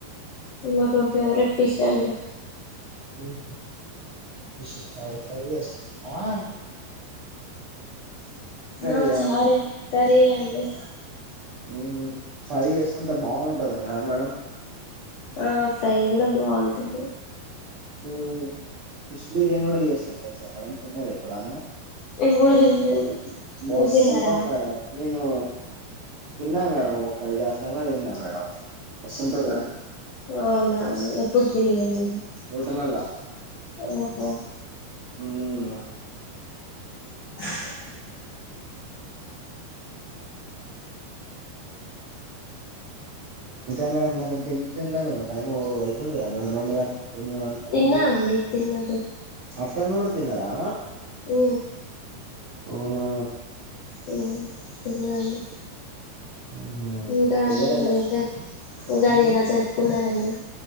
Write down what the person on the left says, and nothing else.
నాకు ఫేవరెట్ ఫిష్ అండి
ఆ చారే కర్రీ ఆ అండి
ఆ ఫ్రై కూడా బాంటది
ఎప్పుడు తినలేదు
మీరు తిన్నారా
ఆహ్ అవునా ఎప్పుడు తినలేదండి
ఓహో
<inaudible>
తిన్నా
అండి తిన్నా
హు
హూ తినాలి
ఇంకా
అండి
మరి ఇంకా ఉగాది
ఎలా జరుపుకున్నారండి